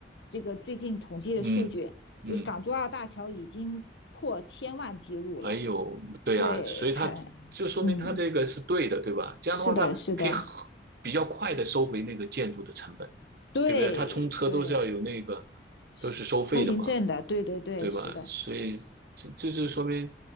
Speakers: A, on the left; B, on the right.
A: 这个最近统计的数据，
B: 嗯嗯。
A: 就是港珠澳大桥已经破千万记录了。
B: 哎呦，对啊，
A: 对，
B: 所以他就说明他这个是对的，
A: 它，嗯，
B: 对吧？这样的话，
A: 是的，
B: 他可以很
A: 是的，
B: 比较快的收回那个建筑的成本，
A: 对对
B: 对不对？他冲车都是要有那个，
A: 是通行证的，
B: 都是收费的嘛，
A: 对对对，
B: 对吧？
A: 是的。
B: 所以这这就说明